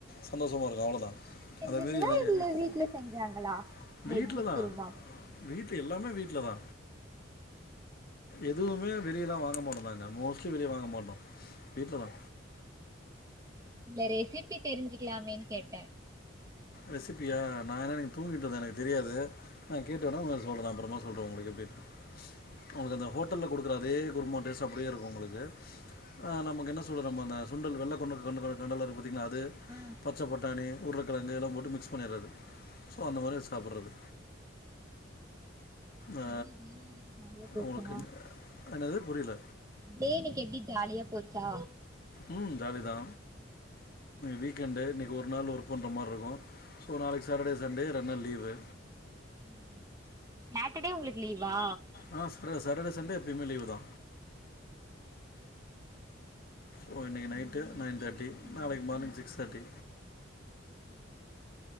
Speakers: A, on the left; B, on the right.
A: சந்தோஷமா இருக்கோ அவ்ளோதா
B: நீங்க செஞ்சீங்களா
A: அத மிறி <unintelligible>
B: இல்ல வீட்ல செஞ்சாங்களா வெஜ்ஜு
A: வீட்ல தா
B: குருமா
A: வீட் எல்லாமே வீட்ல தா எதுவுமே வெளியெல்லா வாங்க மாட்டோ நாங்க மோஸ்லி வெளியே வாங்க மாட்டோ வீட்ல தா
B: இல்ல ரெசிபி தெரிஞ்சுக்கலாமேனு கேட்ட
A: ரெசிபியா நா என்னா இன்னக்கீ தூங்கிட்டு இருந்த எனக்கு தெரியாது நா கேட்டு வேணா உங்களூக்கு சொல்ற அப்றோமா சொல்றே உங்களுக்கு எப்டினு உங்ளுக்கு அந்த ஹோட்டல்ல குடுக்குற அதே குருமா டேஸ்ட் அப்டியே இருக்கு உங்களுக்கு ஆ நமக்கு என்ன சொல்றது நம்ம அந்த சுண்டல் வெள்ளை கொண்ட கொண்ட கடலா இருக்கு பாத்தீங்ளா அது
B: ஆ
A: பச்ச பட்டானி உருளக்கிழங்கு எல்லா போட்டு மிக்ஸ் பண்ணிறது சோ அந்த மாதிரி சாப்பிறது ஆ
B: எப்டி டேலா இன்னைக்கு ஜாலியா போச்சா
A: உங்களுக்கு என்னது புரில
B: டே இன்னக்கீ எப்டி ஜாலியா போச்சா
A: ம் ஜாலீ தா வீக்கெண்டு இன்னங்கீ ஒரு நாள் ஒர்க் பண்ற மாரி இருக்கு சோ நாளைக்கு சேட்டடே சண்டே ரெண்டு நாள் லீவு
B: ம் சாட்டடே உங்களுக்கு லீவா
A: ஆ ச சாட்டடே சன்டோ எப்பயுமே லீவு தா ஓ இன்னைக்கு
B: நாங்கல்லா
A: நைட்டு நைன்
B: எப்பயுமே
A: தேர்ட்டி
B: ஃப்ரீயா
A: நாளைக்கு
B: இருப்போ
A: மார்னிங் சிக்ஸ் தேர்ட்டி